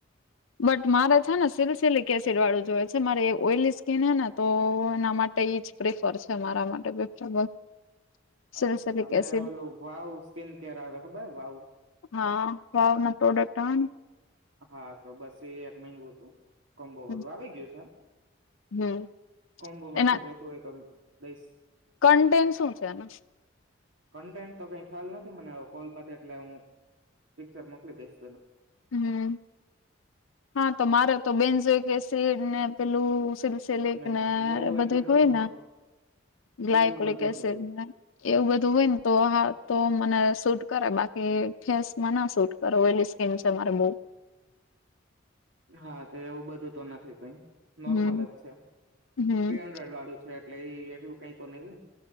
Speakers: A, on the left; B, on the right.
A: બટ મારે છે ને સિરસિલિક એસિડ વાળું જોઈએ છે. મારે એવું ઓઈલી સ્કીન હે ને તો એના માટે ઈજ પ્રિફર છે મારા માટે <unintelligible> સિલસિલિક
B: અચ્છા. મેં
A: એસિડ
B: ઓલું વાવ સ્કીન કેર આવે, ખબર હે વાવ?
A: હા. વાવના પ્રોડક્ટ અહં.
B: હા તો બસ એ એક માઈંગુ તું, કોમ્બો
A: ને
B: વાળું. આવી ગયું છે‌.
A: હમ
B: કોમ્બોમાં
A: એના
B: છે. જોતું હોય તો દઈશ.
A: કન્ટેન શું છે એનું?
B: કન્ટેન્ટ તો કાંઈ ખ્યાલ નથી મને, હવે કોલ પતે એટલે હું પિક્ચર મોકલી દઈશ તને.
A: હમ્મ. હા તો મારે તો બેનજોઈ કે સેડને પેલું સિર સિલિક
B: નહી
A: ને
B: નહી એવું
A: એ બધી
B: એટલું બધું
A: હોય ના, ગ્લાયકોલિક
B: એવું બધું
A: એસિડ
B: નહી હોય
A: ને. એવું બધું હોય ને તો હા તો મને શૂટ કરે, બાકી ફેસમાંના શૂટ કરે ઓઈલી સ સ્કીન છે મારે બોવ.
B: હા તે એવું બધું તો નથી કંઈ,
A: હમ
B: નોર્મલ જ છે.
A: હમ
B: થ્રી હંડ્રેડ વાળું છે. એટલે ઈ એટલું કાંઈ તો નહીં હોયન.